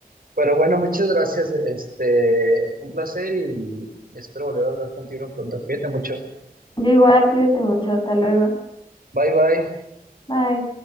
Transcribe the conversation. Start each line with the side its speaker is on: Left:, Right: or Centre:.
Right: Pero bueno, muchas gracias. Este, fue un placer y espero volver a hablar contigo pronto. Cuídate mucho.
Left: Yo igual, cuídate mucho, hasta luego.
Right: Bye, bye.
Left: Bye.